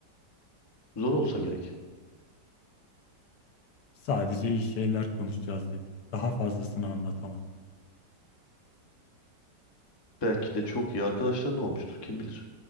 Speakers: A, on the left; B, on the left.
A: Zor olsa gerek.
B: Sadece iyi şeyler konuşacağız dedik. Daha fazlasını anlatamam.
A: Belki de çok iyi arkadaşların olmuştur. Kim bilir?